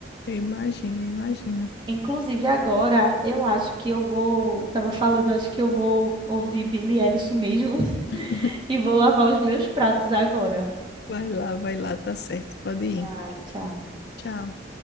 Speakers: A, on the left; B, on the right.
A: Eu imagino, eu imagino.
B: Inclusive agora, eu acho que eu vou, tava falando, acho que eu vou ouvir Billie Eilish mesmo <laughs>
A: <laughs>
B: e vou lavar os meus pratos agora.
A: Vai lá, vai lá, tá certo, pode ir.
B: Ai, tchau.
A: Tchau.